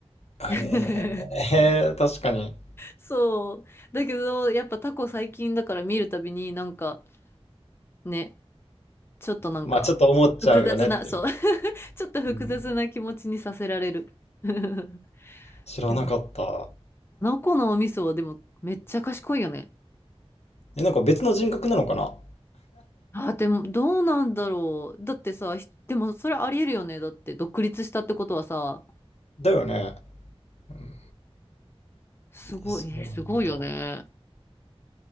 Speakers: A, on the left (about 85°); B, on the left (about 20°).
A: えー、
B: <laughs>
A: えー確かに。
B: そう。だけど、やっぱタコ最近だから見るたびになんかね、ちょっとなんか複雑な、
A: まあちょっと思っちゃうよねっていう。
B: そう。ちょっと複雑な気持ちにさせられる。
A: うん、
B: <laughs>
A: 知らなかった。
B: でも、個のお味噌はでもめっちゃ賢いよね。
A: え、なんか別の人格なのかな
B: あ、でもどうなんだろう。だってさ、ひでもそれありえるよね。だって独立したってことはさ、
A: だよね。うん、
B: すごい、
A: えそうなんだ。
B: えーすごいよね。